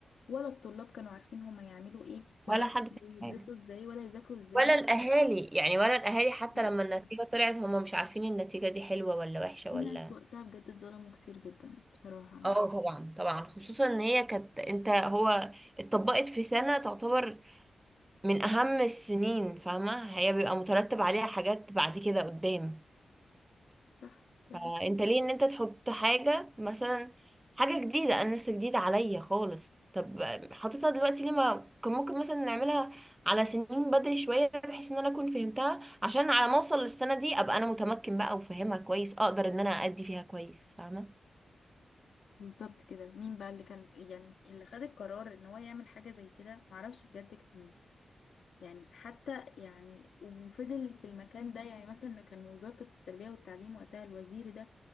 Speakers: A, on the left (about 80°); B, on the right (about 15°).
A: ولا الطلاب كانوا عارفين هما يعملوا ايه ولا
B: ولا حد فاهم
A: يدرسوا
B: حاجة
A: ازاي ولا يذاكروا ازاي
B: ولا الاهالي يعني ولا الاهالي حتى
A: ولا-
B: لما النتيجه
A: يعني
B: طلعت هم مش عارفين النتيجه دي حلوه ولا وحشه
A: في
B: ولا
A: ناس وقتها بجد اتظلموا كتير جدا بصراحة يعني
B: اه طبعا طبعا خصوصا ان هي كانت انت هو اتطبقت في سنه تعتبر من اهم السنين فاهمه هي بيبقى مترتب عليها حاجات بعد كده قدام
A: صح دي
B: فانت
A: حاجة.
B: ليه ان انت تحط حاجة مثلا حاجة جديدة انا لسه جديدة عليا خالص طب حاططها دلوقتي ليه ما كان ممكن مثلا نعملها على سنين بدري شوية بحيث ان انا اكون فهمتها عشان على ما اوصل للسنة دي ابقى انا متمكن بقى وفاهمها كويس اقدر ان انا ادي فيها كويس فاهمة
A: بالظبط كده مين بقى اللي كان يعني اللي خد القرار ان هو يعمل حاجة زي كده معرفش بجد كان مين يعني حتى يعني وفضل في المكان ده يعني مثلا كان وزارة التربية والتعليم وقتها الوزير ده